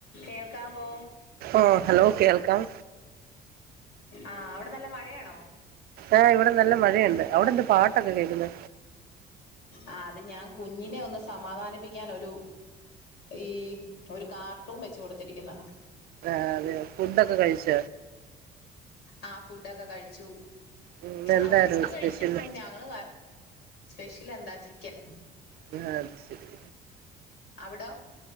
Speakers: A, on the left (about 85°); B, on the right (about 65°).
A: കേൾക്കാവോ?
B: ഓ ഹലോ കേൾക്കാം
A: ആഹ് അവിടെ നല്ല മഴയാണോ?
B: ആഹ് ഇവിടെ നല്ല മഴയുണ്ട് അവിടെ എന്ത് പാട്ടൊക്കെ കേൾക്കുന്നൂ?
A: ആ അത് ഞാൻ കുഞ്ഞിനെ ഒന്ന് സമാധാനിപ്പിക്കാൻ ഒരു ഈ ഒരു കാർട്ടൂൺ വെച്ചകൊടുത്തിരിക്കുന്നാ.
B: ആഹ് അതെ ഫുഡൊക്കെ കഴിച്ച?
A: ആ ഫുഡൊക്കെ കഴിച്ചു
B: ഉം, ഇന്ന് എന്തായിരുന്നു
A: ആഹ് ഫുഡ് കഴിച്ചപ്പം
B: സ്പെഷ്യൽ
A: ഞ ങ്ങൾ സ്പെഷ്യലെന്താ ചിക്കൻ.
B: ന്നാ അത്ശരി.
A: അവിടോ?